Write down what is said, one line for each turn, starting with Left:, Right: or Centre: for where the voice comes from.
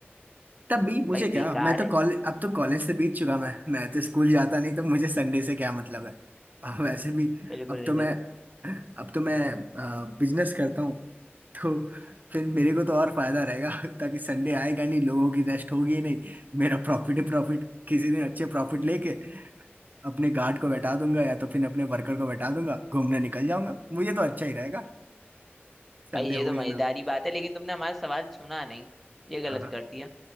Right: तब भी मुझे
Centre: भाई
Right: क्या
Centre: बेकार
Right: मैं तो
Centre: है
Right: कॉलेज अब तो कॉलेज से बीत चुका मैं मैं तो स्कूल जाता नहीं तो मुझे संडे से क्या मतलब है और वैसे भी
Centre: बिल्कुल
Right: अब
Centre: बिल्कुल
Right: तो मैं अब तो मैं बिजनेस करता हूँ तो फिर मेरे को तो और फायदा रहेगा ताकि संडे आएगा नहीं लोगों की रेस्ट होगी ही नहीं मेरा प्रॉफिट ही प्रॉफिट किसी दिन अच्छे प्रॉफिट लेके अपने गार्ड को बैठा दूंगा या तो फिर अपने वर्कर को बैठा दूंगा घूमने निकल जाऊंगा मुझे तो अच्छा ही रहेगा संडे
Centre: भाई ये
Right: हो
Centre: तो
Right: या
Centre: मजेदारी
Right: ना हो
Centre: बात है लेकिन तुमने हमारा सवाल सुना नहीं ये गलत
Right: हाँ हाँ
Centre: कर दिया